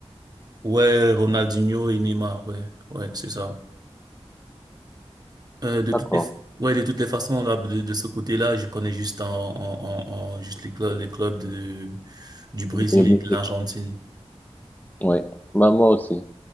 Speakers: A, on the right; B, on the left.
A: Ouais, Ronaldinho et Neymar, ouais, ouais, c'est ça. Euh, de toutes
B: D'accord.
A: les, ouais, de toutes les façons, là, de, de ce côté-là, je connais juste en, en, en, en- juste les clubs, les clubs de, du Brésil
B: de musique,
A: et de l'Argentine.
B: oui. Bah, moi aussi.